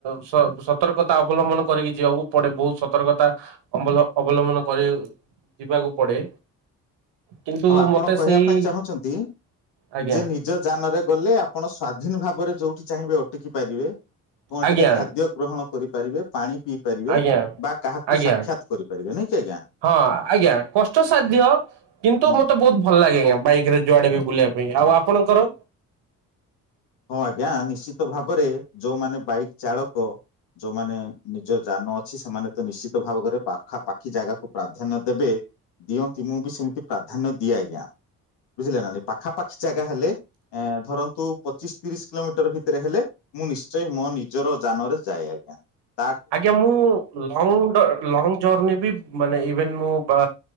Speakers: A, on the right; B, on the left.
A: ସ ସତର୍କତା ଅବଲମ୍ବନ କରିକି ଯିବାକୁ ପଡେ ବହୁତ ସତର୍କତା ଅବଲ ଅବଲମ୍ବନ କରି ଯିବାକୁ ପଡେ କିନ୍ତୁ
B: ଆଉ ଆପଣ
A: ମତେ
B: କହିବା
A: ସେଇ
B: ପାଇଁ ଚାହୁଁଛନ୍ତି
A: ଆଜ୍ଞା
B: ଯେ ନିଜ ଯାନରେ ଗଲେ ଆପଣ ସ୍ଵାଧୀନ ଭାବରେ ଯୋଉଠି ଚାହିଁବେ ଅଟକି ପାରିବେ। କଣ
A: ଆଜ୍ଞା
B: ଟିକେ ଖାଦ୍ୟ ଗ୍ରହଣ କରି ପାରିବେ ପାଣି ପିଇ ପାରିବେ।
A: ଆଜ୍ଞା
B: ବା କାହାକୁ
A: ଆଜ୍ଞା
B: ସାକ୍ଷାତ କରିପାରିବେ ନାଇଁ କି ଆଜ୍ଞା
A: ହଁ ଆଜ୍ଞା କଷ୍ଟସାଧ୍ୟ କିନ୍ତୁ
B: ହୁଁ
A: ତୁ ମତେ ବହୁତ ଭଲ ଭଲ ଲାଗେ ଆଜ୍ଞା ବାଇକ ରେ ଯୁଆଡେ ବି ବୁଲିବା ପାଇଁ ଆଉ ଆପଣଙ୍କର?
B: ହଁ ଆଜ୍ଞା ନିଶ୍ଚିତ ଭାବରେ ଯୋଉମାନେ ବାଇକ ଚାଳକ ଯୋଉମାନେ ନିଜ ଯାନ ଅଛି ସେମାନେ ତ ନିଶ୍ଚିତ ଭାବରେ ପାଖାପାଖି ଜାଗାକୁ ପ୍ରାଧାନ୍ୟ ଦେବେ ଦିଅନ୍ତି ମୁଁ ବି ସେମିତି ପ୍ରାଧାନ୍ୟ ଦିଏ ଆଜ୍ଞା। ବୁଝିଲେ ନା ଏଇ ପାଖାପାଖି ଜାଗ ଜାଗା ହେଲେ ଧରନ୍ତୁ ପଚିଶ ତିରିଶ କିଲୋମିଟର ଭିତରେ ହେଲେ ମୁଁ ନିଶ୍ଚୟ ମୋ ନିଜର ଯାନରେ ଯାଏ ଆଜ୍ଞା ।
A: ଆଜ୍ଞା ମୁଁ ଲଙ୍ଗ ଲଙ୍ଗ ଜର୍ଣୀ ବି ମାନେ ଇଭେନ ମୁଁ ବା